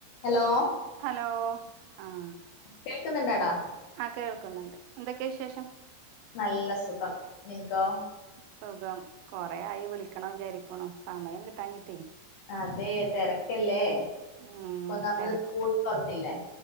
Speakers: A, on the left; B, on the right.
A: Hello
B: hello, ആഹ,
A: കേൾക്കുന്നുണ്ടാടാ.
B: ആ കേൾക്കുന്നുണ്ട്. എന്തൊക്കെയ വിശേഷം?
A: നല്ല സുഖം നിൻക്കോ?
B: സുഖം. കൊറെ ആയി വിളിക്കണം വിചാരിക്ണു സമയം കിട്ടാഞ്ഞിട്ടേ.
A: അതെ തെരക്കല്ലേ
B: ഉം
A: ഇപ്പൊന്നാമത്
B: തെരക്കും
A: സ്കൂൾ തൊർന്നില്ലേ?